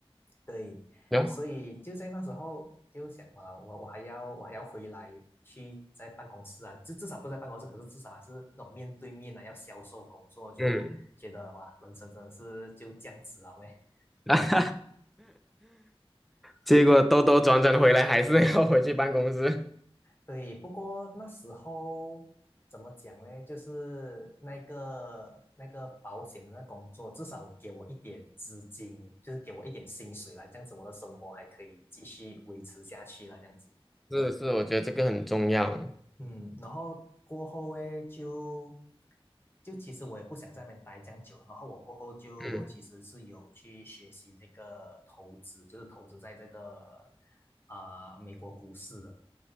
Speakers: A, on the left; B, in the centre.
A: 对，
B: 嗯
A: 所以就在那时候就想，哇，我我还要我还要回来去在办公室啊，至至少不在办公室，可是至少还是那种面对面啊，要销售工作，就觉得哇，
B: 嗯，
A: 人生真的是就这样子啊喂。
B: <laughs> 啊哈哈结果兜兜转转回来还是要回去办公室。
A: 对，不过那时候怎么讲呢？就是那个那个保险的那工作，至少给我一点资金，就是给我一点薪水啦，这样子我的生活还可以继续维持下去啦，这样子。
B: 是是，我觉得这个很重要。
A: 嗯，然后过后呢，就就其实我也不想在那边待这样久，然后我过后就其实是有去学习这个投资，
B: 嗯
A: 就是投资在这个啊、美国股市的。